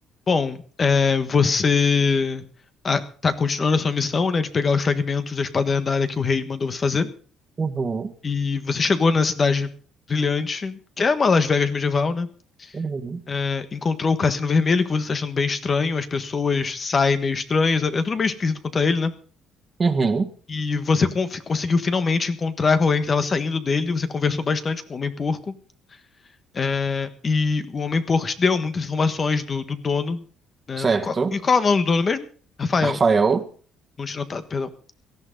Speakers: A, on the left; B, on the right.
A: Bom, é, você ah, tá continuando a sua missão, né, de pegar os fragmentos da espada lendária que o rei mandou você fazer.
B: Uhum,
A: E você chegou na cidade brilhante, que é uma Las Vegas medieval, né?
B: uhum,
A: É, encontrou o Cassino Vermelho, que você tá achando bem estranho, as pessoas saem meio estranhas, é é tudo meio esquisito quanto a ele, né?
B: uhum,
A: E você con- conseguiu finalmente encontrar com alguém que estava saindo dele, você conversou bastante com o Homem-Porco, é, e o Homem-Porco te deu muitas informações do, do dono, né?
B: certo.
A: Qual- e qual é o nome do dono mesmo? Rafael.
B: Rafael.
A: Não tinha notado, perdão.